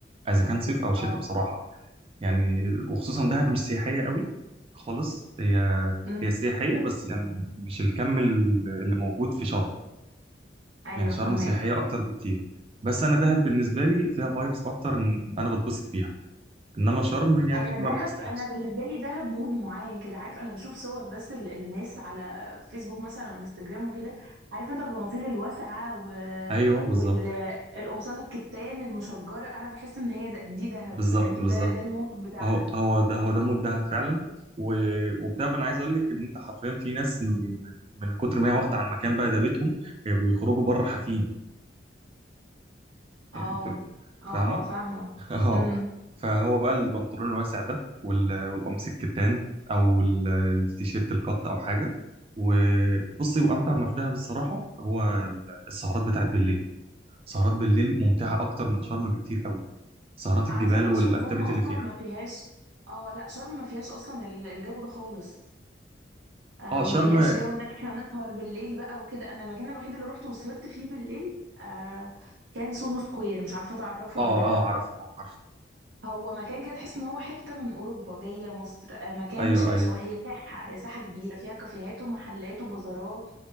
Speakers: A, on the right (about 30°); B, on the right (about 85°).
A: اذا كان صيف او شتاء
B: اه
A: بصراحه يعني وخصوصا دهب مش سياحيه قوي خالص هي
B: امم
A: هي سياحيه بس يعني مش الكم اللي موجود في شرم
B: ايوه
A: يعني شرم
B: فهمك
A: سياحيه اكتر بكتير بس انا دهب بالنسبه لي فيها فايبس اكتر انا بتبسط بيها انما شرم يعني
B: انا دهب
A: ما بحسهاش
B: انا بالنسبه لي دهب مود معين كده عارف انا بشوف صور بس ال- الناس على فيسبوك مثلا وانستجرام وكده عارف انت البناطيل الواسعه و...
A: ايوه بالظبط
B: والقمصان الكتان المشجره انا بحس ان هي ده... دي دهب
A: بالظبط
B: فاهم
A: بالظبط
B: ده ده المود بتاعها
A: هو هو ده هو ده مود دهب فعلا و... وبدهب انا عايز اقول لك ان انت حرفيا في ناس من من كتر ما هي واخده على المكان بقى ده بيتهم هي بيخرجوا بره حافين يعني
B: اه
A: انت
B: اه
A: فاهمه؟
B: اه فاهمه
A: <laughs> اه
B: امم
A: فهو بقى البنطلون الواسع ده وال... والقميص الكتان او ال- التيشيرت القط او حاجه وبصي وامتع ما في دهب الصراحه هو السهرات بتاعت بالليل سهرات بالليل ممتعه اكتر من شرم بكتير قوي سهرات
B: عايزه
A: الجبال
B: اقول
A: والاكتيفيتي
B: لك ش- شرم اصلا
A: اللي فيها
B: ما فيهاش اه لا شرم ما فيهاش اصلا ال- الجو ده خالص آه
A: اه
B: ما
A: شرم
B: فيهاش
A: اه
B: جو ان احنا نسهر بالليل بقى وكده انا المكان الوحيد اللي روحته وسهرت فيه بالليل آه كان سوهو سكوير مش عارفه تعرفه
A: اه
B: ولا لا
A: عارفه اه عارفه
B: هو مكان كده تحس ان هو حته من اوروبا جايه مصر آه، مكان
A: ايوه
B: ش...
A: ايوه
B: شو... هي ساحه هي ساحه كبيره فيها كافيهات ومحلات وبازارات